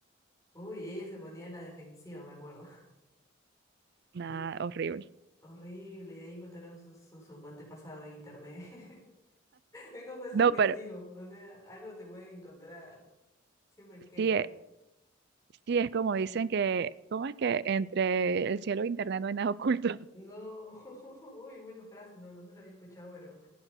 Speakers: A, on the left (about 15°); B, on the right (about 55°).
A: Uy, y ella se ponía a la defensiva, me acuerdo. <laughs>
B: nada,
A: Y-
B: horrible.
A: horrible, y de ahí encontraron su, su, su antepasado en internet. <laughs> Es como eso
B: No,
A: es lo que
B: pero
A: te digo, o sea, algo te pueden encontrar, siempre queda.
B: sí, es- sí es como dicen que, ¿cómo es que entre el cielo e internet no hay nada oculto? <laughs>
A: No, <laughs> uy, buena frase, no, no, no la había escuchado, pero